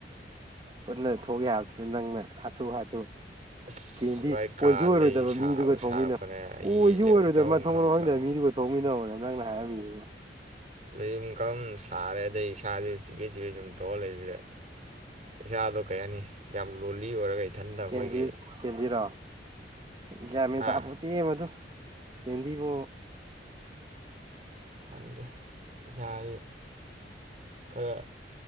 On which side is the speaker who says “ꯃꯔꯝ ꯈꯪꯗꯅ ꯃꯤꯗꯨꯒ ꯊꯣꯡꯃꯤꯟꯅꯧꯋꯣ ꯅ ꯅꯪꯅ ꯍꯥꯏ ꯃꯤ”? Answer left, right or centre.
Right